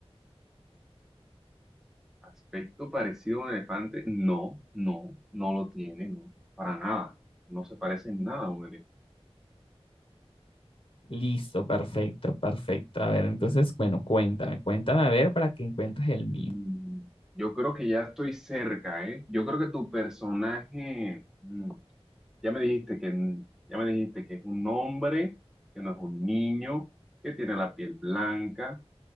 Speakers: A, in the centre; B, on the left.
A: ¿Aspecto parecido a un elefante? No, no, no lo tiene, no, para nada. No se parece en nada a un elefante.
B: Listo, perfecto, perfecto. A ver, entonces, bueno, cuéntame, cuéntame a ver para que encuentres el mío.
A: Mm, yo creo que ya estoy cerca, ¿eh? Yo creo que tu personaje... mm, Ya me dijiste que, ya me dijiste que es un hombre, que no es un niño, que tiene la piel blanca